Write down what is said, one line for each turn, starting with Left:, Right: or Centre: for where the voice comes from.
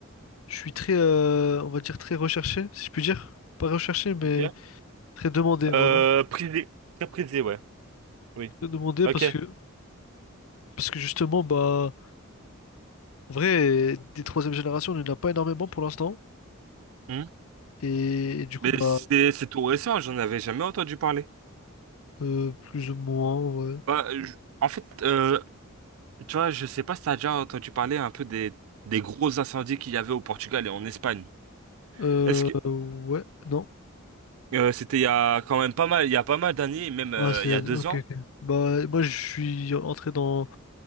Left: je suis très, euh, on va dire, très recherché, si je puis dire. Pas recherché, mais
Right: ok.
Left: très demandé, voilà.
Right: Euh, prisé, très prisé, ouais. Oui.
Left: Très demandé
Right: Ok.
Left: parce que, parce que justement, bah, en vrai, des troisième génération, il n'y en a pas énormément pour l'instant.
Right: Hmm.
Left: Et, et du coup,
Right: Mais
Left: bah,
Right: c'est c'est tout récent, j'en avais jamais entendu parler.
Left: euh, plus ou moins, en vrai.
Right: Bah, je- en fait, euh, tu vois, je sais pas si t'as déjà entendu parler un peu des des gros incendies qu'il y avait au Portugal et en Espagne.
Left: Euh,
Right: Est-ce que
Left: ouais, non.
Right: euh, c'était il y a quand même pas mal, il y a pas mal d'années, même euh,
Left: Ah, c'est...
Right: il y a deux
Left: Ok,
Right: ans.
Left: ok. Bah, moi, je suis entré dans,